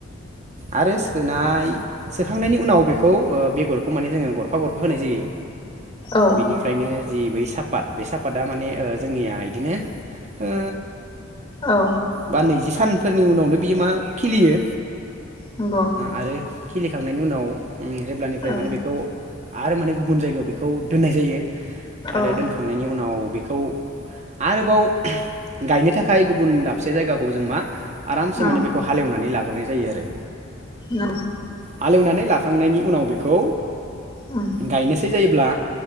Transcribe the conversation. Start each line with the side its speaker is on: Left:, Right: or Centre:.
Right: आरो सोनाय सोखांनायनि उनाव बेखौ बेगरखौ माने जोङो गरफा गरफा होनाय जायो।
Left: औ
Right: बिनिफ्रायनो जि बै साफाद बे साफादा माने ओ जोंनिया इदिनो ओ
Left: औ
Right: बा नैजि सानफोरनि उनावनो बियो मा खिलियो।
Left: नंगौ
Right: आरो खिलिखांनायनि उनाव ओ जेब्लानिफ्राय
Left: औ
Right: माने बेखौ आरो माने गुबुन जायगायाव बेखौ दोननाय जायो। आरो
Left: औ
Right: दोनखांनायनि उनाव बेखौ आरोबाव गायनो थाखाय गुबुन दाबसे जायगाखौ जों मा आरामसे
Left: औ
Right: माने बेखौ हालेवनानै लागोन गारनाय जायो आरो
Left: औ
Right: हालेवनानै लाखांनायनि उनाव बेखौ
Left: उम
Right: गायनो फिजायोब्ला